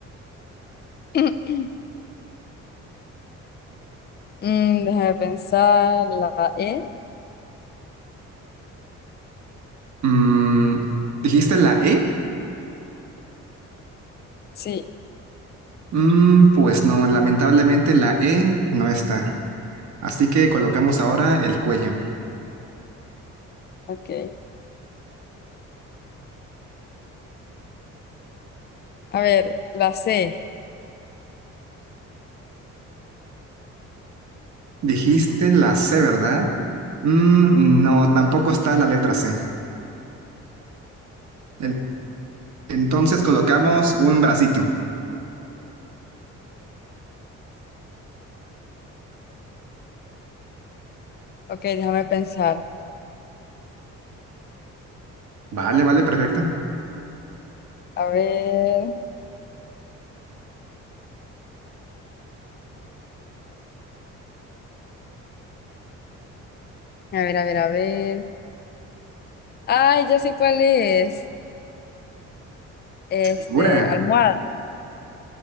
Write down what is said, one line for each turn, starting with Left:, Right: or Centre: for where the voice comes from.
Left: <clears throat> Mm, déjame pensar. La E.
Right: Mm, ¿dijiste la E?
Left: Sí,
Right: Mm, pues no, lamentablemente la E no está. Así que colocamos ahora el cuello.
Left: ok. A ver, la C.
Right: Dijiste la C, ¿verdad? Mm, no, tampoco está la letra C. En- Entonces colocamos un bracito.
Left: Ok, déjame pensar.
Right: Vale, vale, perfecto.
Left: A ver, a ver, a ver, a ver. Ay, ya sé cuál es. Este,
Right: Figura.
Left: almohada.